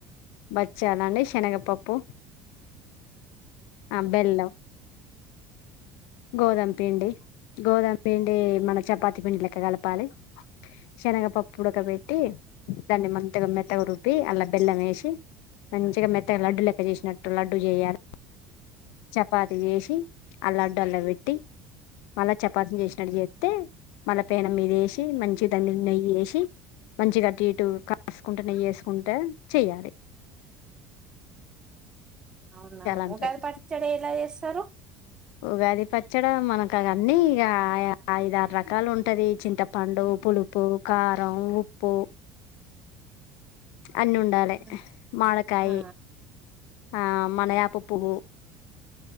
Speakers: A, on the left; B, on the right.
A: బచ్చాలాండి శెనగపప్పు ఆ బెల్లా గోధుమ పిండి గోధామ పిండి మన చపాతి పిండి లెక్క కలపాలి శనగపప్పు ఉడకబెట్టి దాన్ని మంతగా మెత్తగా రుబ్పి అలా బెల్లం వేసి మంచిగా మెత్తగా లడ్డు లెక్క చేసినట్టు లడ్డు చేయాలి చపాతి చేసి అల్లా దాంట్లో పెట్టి మళ్ళా చపాతిని చేసినట్టు చెత్తే మళ్ళా పేన మీద వేసి మంచి దమ్మి నెయ్యిేసి మంచి గటు ఇటు కాసుకుంటే నెయ్యేసుకుంట చెయాలి
B: అవునా
A: అంటారు
B: ఒకది పడ్చడి ఎట్ల చేస్తారు
A: ఉగాది పచ్చడి మనకు అవన్నీ ఇక ఐద ఆరు రకాలు ఉంటది చింతపండు పులుపు కారం ఉప్పు అన్నుండాలి
B: ఉమ్,
A: మాడకాయి
B: ఆ
A: ఆ మలయాపు పువ్వు